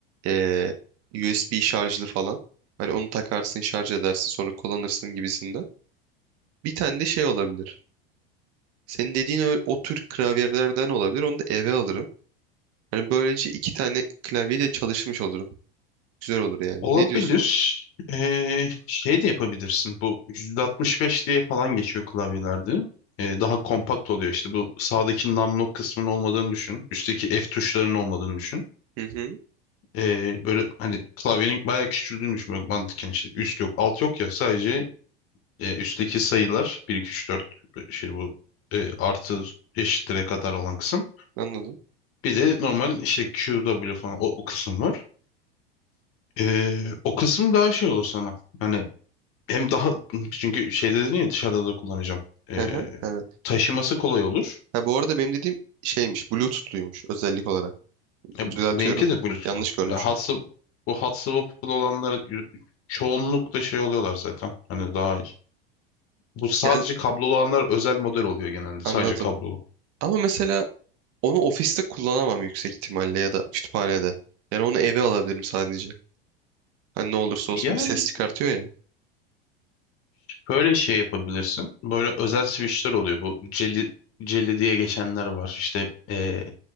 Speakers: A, on the right; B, on the left.
A: eee, USB şarjlı falan. Hani onu takarsın şarj edersin sonra kullanırsın gibisinden. Bir tane de şey olabilir. Senin dediğin o, o tür klavyelerden olabilir. Onu da eve alırım. Hani böylece iki tane klavye de çalışmış olurum. Güzel olur yani.
B: Olabilir.
A: Ne diyorsun?
B: Ee, şey de yapabilirsin. Bu 165 diye falan geçiyor klavyelerde. Ee, daha kompakt oluyor. İşte bu sağdaki numlock kısmının olmadığını düşün. Üstteki F tuşlarının olmadığını düşün.
A: Hı hı.
B: Ee, böyle hani klavyenin bayağı küçüldüğünü düşün. Böyle Mantıken işte üst yok, alt yok ya. Sadece e, üstteki sayılar bir 2 3 4 şey bu e, artı eşittire kadar olan kısım.
A: Anladım.
B: Bir de normal işte Q, W falan o, o kısım var. Ee, o kısım daha şey olur sana. Hani Hem daha çünkü şeyde dedin ya dışarıda da kullanacağım. Ee,
A: Hı hı. Evet.
B: taşıması kolay olur.
A: Ha bu arada benim dediğim şeymiş. Bluetooth'luymuş özellik olarak.
B: Ya,
A: Düzeltiyorum.
B: benimki de Bluetooth'lu.
A: Yanlış görmüşüm.
B: Ya, hatsı, bu hat swappable olanlar y- çoğunlukla şey oluyorlar zaten. Hani daha bu sadece
A: Ya,
B: kablolu olanlar özel model oluyor genelde.
A: anladım.
B: Sadece kablolu.
A: Ama mesela onu ofiste kullanamam yüksek ihtimalle ya da kütüphanede. Yani onu eve alabilirim sadece. Hani ne olursa olsun
B: Yani
A: bir ses çıkartıyor ya.
B: böyle şey yapabilirsin. Böyle özel switchler oluyor. Bu Jelly, Jelly diye geçenler var. İşte eee